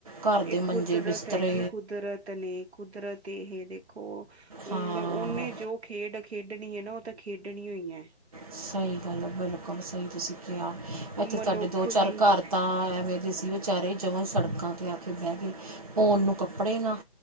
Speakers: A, on the right; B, on the right.
A: ਘਰ
B: ਇਹ
A: ਦੇ
B: ਕੁਦਰਤ
A: ਮੰਜੇ ਬਿਸਤਰੇ
B: ਹੈ। ਜੀ ਕੁਦਰਤ ਨੇ ਕੁਦਰਤੀ ਹੈ। ਦੇਖੋ। ਉਹ
A: ਹਾਂ
B: ਉਹਨੇ ਜੋ ਖੇਡ ਖੇਡਣੀ ਹੈ ਨਾ ਉਹ ਤਾਂ ਖੇਡਣੀ ਈਏ
A: ਸਹੀ ਗੱਲ ਬਿਲਕੁਲ ਸਹੀ ਤੁਸੀਂ ਕਿਹਾ ਇੱਥੇ
B: ਮਨੁੱਖ
A: ਸਾਡੇ ਦੋ ਚਾਰ
B: ਵੀ
A: ਘਰ ਤਾਂ ਐਵੇਂ ਦੇ ਸੀ। ਵਿਚਾਰੇ ਜਮਾਂ ਸੜਕਾਂ 'ਤੇ ਆ ਕੇ ਬਹਿ ਗਏ ਉਹਨੂੰ ਕੱਪੜੇ ਨਾ